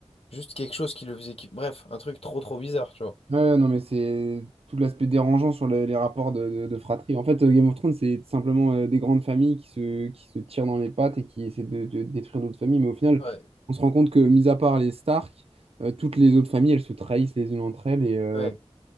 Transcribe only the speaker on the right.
Ouais, ouais, non, mais c'est tout l'aspect dérangeant sur le- les rapports de, de- de fratrie. En fait, euh, Game of Thrones, c'est simplement euh, des grandes familles qui se, qui se tirent dans les pattes et qui essaient de, de détruire d'autres familles. Mais au final,
on se rend compte que, mis à part les Stark, euh, toutes les autres familles, elles se trahissent les unes entre elles et, euh,